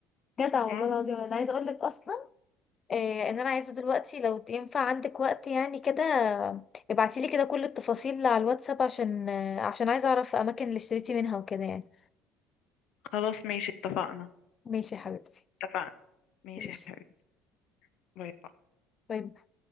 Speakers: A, on the left (about 40°); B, on the left (about 60°).
A: جدع والله
B: اه
A: العظيم انا عايزه اقولك اصلا إيه ان انا عايزه دلوقتي لو ينفع عندك وقت يعني كده ابعتيلي كده كل التفاصيل على الواتساب عشان آه، عشان عايزه اعرف اماكن اللي اشتريتي منها وكده يعني
B: خلاص ماشي اتفقنا
A: ماشي يا حبيبتي
B: اتفقنا ماشي
A: ماشي
B: يا حبيبي باي باي
A: باي